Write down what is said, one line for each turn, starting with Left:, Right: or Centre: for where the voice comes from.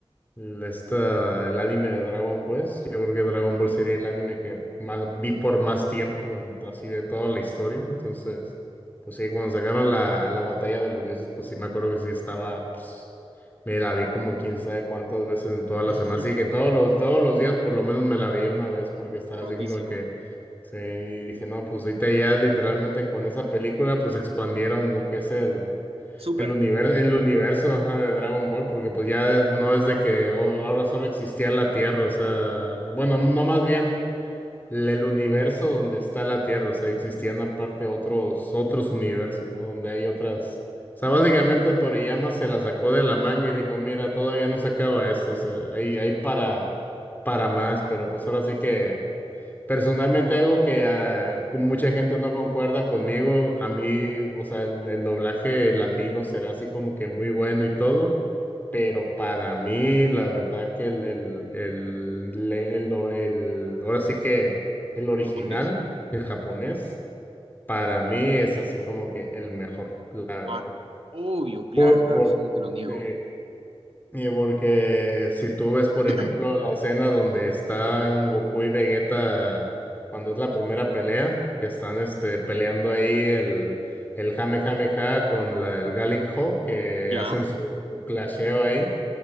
Left: el, esta- el anime de Dragon Quest, yo creo que Dragon Ball sería el anime que más vi por más tiempo, en- así de toda la historia. Entonces, pues sí, cuando sacaron la, la batalla de los dioses, pues sí me acuerdo que sí estaba, pues, Me la vi como quién sabe cuántas veces en todas las
Right: <laughs>
Left: semanas. Así que todos los, todos los días por lo menos me la veía una vez porque estaba
Right: Rotísimo.
Left: así como que Sí, y dije, no, pues ahorita ya literalmente con esa película pues expandieron lo que es el,
Right: Súper.
Left: el universo, el universo, ajá, de Dragon Ball, porque pues ya no es de que oh, ahora solo existía la Tierra, o sea, bueno, no más bien el el universo donde está la Tierra, o sea, existían aparte otros, otros universos, ¿no? Donde hay otras, o sea, básicamente Toriyama se la sacó de la manga y dijo, mira, todavía no se acaba esto, o sea, hay, hay para, para más, pero pues ahora sí que... Personalmente algo que ah, con mucha gente no concuerda conmigo, a mí, o sea, el, el doblaje latino será así como que muy bueno y todo, pero para mí la verdad que el, el, el, le- el do- el- ahora sí que el original,
Right: ¿Lo pones?
Left: el japonés, para mí es así como que el mejor, la
Right: Ah,
Left: verdad.
Right: obvio, claro,
Left: Por,
Right: claro,
Left: por,
Right: eso no te lo niego.
Left: sí, y porque si tú ves, por
Right: <clears throat>
Left: ejemplo, la escena donde están Goku y Vegeta cuando es la primera pelea, que están este peleando ahí el, el Kamehameha con la, el Gallic Ho, que
Right: Ya,
Left: hacen su, su clasheo ahí.